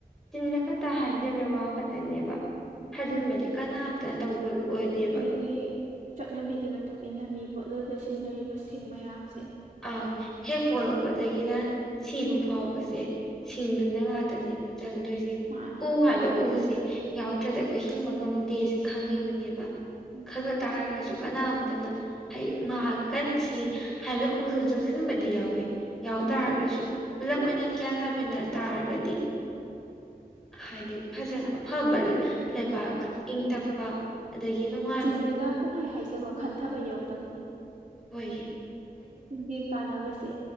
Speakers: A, in the centre; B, on the right.
A: ꯆꯤꯟꯗ ꯈꯛꯇ ꯍꯥꯏꯖꯕꯦ ꯋꯥ ꯈꯛꯇꯅꯦꯕ
B: ꯎꯝ
A: ꯊꯥꯖꯤꯟꯕꯗꯤ ꯀꯅꯥꯝꯇꯅ ꯇꯧꯕ ꯑꯣꯏꯗꯦꯕ
B: ꯏꯅꯦ ꯆꯠꯅꯕꯤꯒꯤ ꯃꯇꯨꯡ ꯏꯟꯅ ꯃꯤ ꯄꯣꯠꯂꯣꯏꯕꯗ ꯁꯤꯖꯤꯟꯅꯔꯤꯕ ꯁꯤꯡ ꯃꯌꯥꯝꯁꯦ
A: ꯑꯪ ꯍꯦꯛ ꯄꯣꯂꯛꯄꯗꯒꯤꯅ ꯁꯤꯕ ꯐꯥꯎꯕꯁꯦ ꯁꯤꯡꯗꯨꯅ ꯉꯥꯛꯇꯅꯦꯕ ꯆꯪꯗꯣꯏꯁꯦ
B: ꯃꯥꯥꯟꯅꯤ
A: ꯎꯣꯡ ꯍꯥꯏꯕ ꯎꯁꯦ ꯌꯥꯎꯗ꯭ꯔꯗꯤ ꯑꯩꯈꯣꯏ ꯍꯤꯡꯕ ꯉꯝꯗꯦꯁꯤ ꯈꯪꯉꯤꯕꯅꯦꯕ
B: ꯎꯝ
A: ꯈꯪꯅ ꯇꯥꯔꯒꯁꯨ ꯀꯅꯥꯝꯇꯅ ꯃꯥ ꯀꯟꯁꯤ ꯍꯥꯏꯕꯩ ꯑꯗꯨꯗ ꯆꯪꯁꯤꯟꯕꯗꯤ ꯌꯥꯎꯋꯤ ꯌꯥꯎ
B: ꯎꯝ
A: ꯇꯥꯔꯒꯁꯨ ꯄꯨꯂꯞ ꯑꯣꯏꯅ ꯒ꯭ꯌꯥꯟ ꯇꯥꯃꯤꯟꯅ ꯇꯥꯔꯒꯗꯤ ꯍꯥꯏꯗꯤ ꯐꯖ ꯑꯐꯕ ꯂꯩꯕꯥꯛ ꯏꯪ ꯇꯞꯄ ꯑꯗꯒꯤ ꯅꯨꯡꯉꯥꯏ
B: ꯆꯤꯟꯗꯅ ꯄꯨꯡꯍꯥꯏ ꯍꯥꯏꯖꯕ ꯈꯟꯊꯕ ꯌꯧꯗꯕꯅꯤ
A: ꯍꯣꯏꯌꯦ
B: ꯒꯤ ꯀꯥꯟꯅꯕꯁꯦ